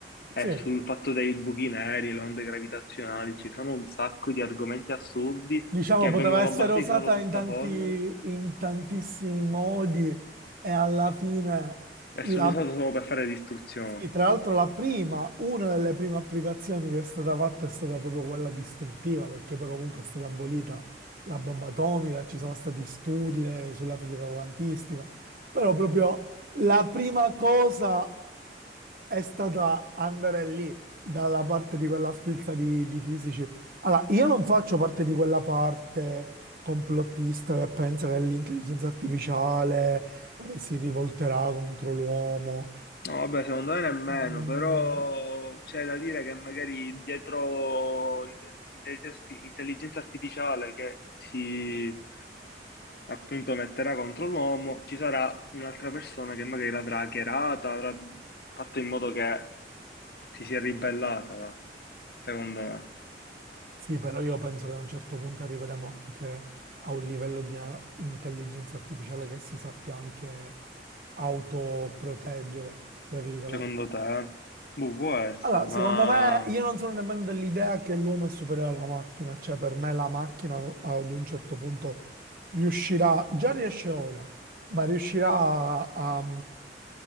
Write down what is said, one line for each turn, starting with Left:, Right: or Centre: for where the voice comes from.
Left: Eh,
Right: sì. Eh,
Left: sul fatto dei buchi neri, le onde gravitazionali, ci sono un sacco di argomenti assurdi
Right: diciamo
Left: che
Right: poteva
Left: vengono
Right: essere
Left: basati
Right: usata
Left: solo su
Right: in
Left: sta
Right: tanti,
Left: formula
Right: in tantissimi modi e alla fine
Left: e
Right: la
Left: sono usati solo per fare distruzione.
Right: Sì, tra l'altro la prima, una delle prime applicazioni che è stata fatta è stata proprio quella distruttiva, perché poi comunque è stata abolita la bomba atomica, ci sono stati studi eh, sulla fisica quantistica, però proprio la prima cosa è stata andare lì, dalla parte di quella sfilza di, di fisici. Allora, io non faccio parte di quella parte complottista che pensa che l'intelligenza artificiale eh, si rivolterà contro l'uomo.
Left: No, vabbè, secondo me nemmeno,
Right: Mm,
Left: però c'è da dire che magari dietro l'intelligenza intelligenza artificiale che si appunto metterà contro l'uomo, ci sarà un'altra persona che magari l'avrà hackerata, avrà fatto in modo che si sia ribellata, va, secondo me.
Right: Sì, però io penso che a un certo punto arriveremo anche a un livello di a- intelligenza artificiale che si sappia anche autoproteggere, tra virgolette.
Left: Secondo te? Boh, può essere,
Right: Allora,
Left: ma
Right: secondo me, io non sono nemmeno dell'idea che l'uomo è superiore alla macchina, cioè per me la macchina ad un certo punto riuscirà, già riesce ora, ma riuscirà a, a-